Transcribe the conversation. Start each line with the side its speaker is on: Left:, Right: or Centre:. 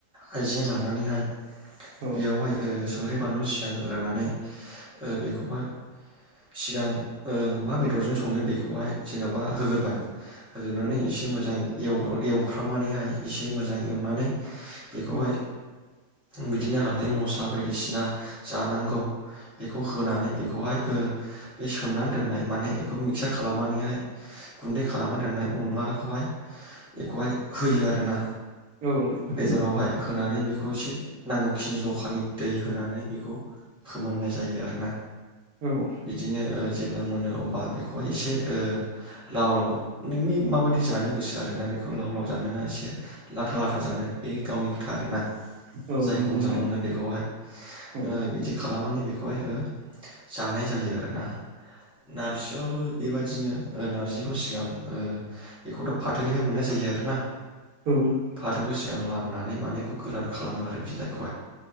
Centre: आइजें लानानैहाय
Right: औ
Centre: बेयावहाय ओ संख्रि बानलु सिगां होग्रोनानै ओ बेखौहाय सिगां ओ मा बेदरजों संनो बेखौहाय जेन'बा होग्रोबाय होग्रोनानै
Right: औ
Centre: उम एवफ्रामनानैहाय एसे मोजां एवनानै बेखौहाय
Right: औ
Centre: बिदिनो हालदै मस्ला बा बायदिसिना जानांगौ बेखौ होनानै बेखौहाय ओ बे सोमनानै दोननाय माने बेखौ मिक्सार खालामनानैहाय गुन्दै खालामनानै दोननाय अनला खौहाय बेखौहाय होयो आरोना
Right: औ नोंथां
Centre: बेदरावहाय होनानै बे बेखौ एसे नांगौखिनि जखानि दै होनानै बेखौ फोमोननाय जायो आरोना
Right: औ
Centre: बिदिनो ओ जेब्ला मोनो अब्ला बेखौहाय एसे ओ लाव लाव नोंनि माबायदि जानो गोसो आरो ना बेखौ लाव लाव जानोना एसे लाथा लाथा जानो बे गावनि खोथा आरोना
Right: औ
Centre: जायखौ
Right: नंगौ
Centre: मोजां
Right: नोंथां
Centre: मोनो बेखौहाय
Right: औ
Centre: ओ बिदि खालामनानै बेखौहाय ओ जानाय जायो आरोना? नारजियावबो बेबायदिनो नारजिखौ सिगां ओ बेखौथ' फाथोनिफ्राय मोननाय जायो आरो ना
Right: औ
Centre: फाथोखौ सि लामनानै माने बेखौ गोरान खालामो आरो बिलाइखौहाय